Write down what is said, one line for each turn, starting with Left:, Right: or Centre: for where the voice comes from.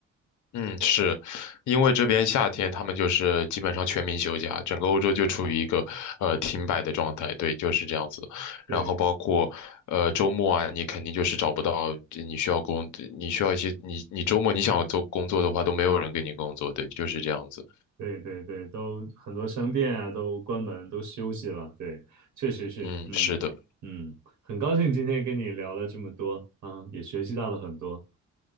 Left: 嗯，是，因为这边夏天他们就是基本上全民休假，整个欧洲就处于一个呃停摆的状态，对，就是这样子。
Right: 对，
Left: 然后包括呃周末啊，你肯定就是找不到你需要工，你需要一些你你周末你想做工作的话，都没有人给你工作，对，就是这样子。
Right: 对对对，都很多商店啊都关门，都休息了。对，确实是，
Left: 嗯，
Right: 嗯嗯，
Left: 是的，
Right: 很高兴今天跟你聊了这么多啊，也学习到了很多。